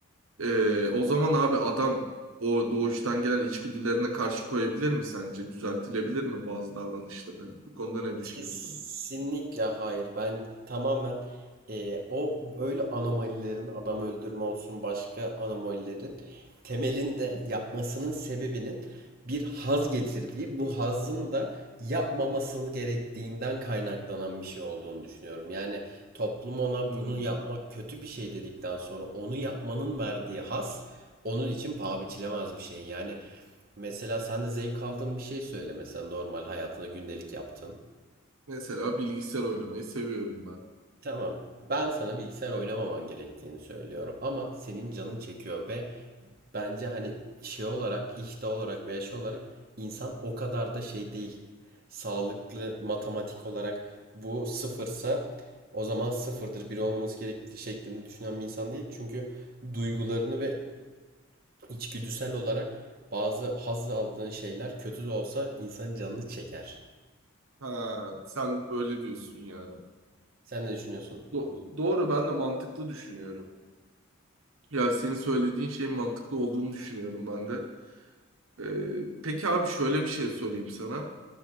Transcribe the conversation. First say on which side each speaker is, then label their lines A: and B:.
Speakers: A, on the right (about 75°); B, on the right (about 45°).
A: Ee, o zaman abi adam o doğuştan gelen içgüdülerine karşı koyabilir mi sence? Düzeltilebilir mi bazı davranışları? Bu konuda ne düşünüyorsun?
B: Kesinlikle hayır. Ben tamamen e, o öyle anomalilerin adam öldürme olsun başka anomalilerin temelinde yapmasının sebebinin bir haz getirdiği bu hazın da yapmamasını gerektiğinden kaynaklanan bir şey olduğunu düşünüyorum. Yani toplum ona
A: Hmm.
B: bunu yapmak kötü bir şey dedikten sonra onu yapmanın verdiği haz onun için paha biçilemez bir şey. Yani mesela sen de zevk aldığın bir şey söyle mesela normal hayatında gündelik yaptığın.
A: Mesela bilgisayar oynamayı seviyorum ben.
B: Tamam. Ben sana bilgisayar oynamaman gerektiğini söylüyorum ama senin canın çekiyor ve bence hani şey olarak, işte olarak veya şey olarak insan o kadar da şey değil. Sağlıklı matematik olarak bu sıfırsa o zaman sıfırdır, bir olmaması gerektiği şeklinde düşünen bir insan değil. Çünkü duygularını ve içgüdüsel olarak bazı haz aldığın şeyler kötü de olsa insanın canını çeker.
A: Ha, sen öyle diyorsun yani.
B: Sen ne düşünüyorsun?
A: Do- doğru ben de mantıklı düşünüyorum. Ya senin söylediğin şeyin mantıklı olduğunu düşünüyorum ben de. Ee, peki abi şöyle bir şey sorayım sana.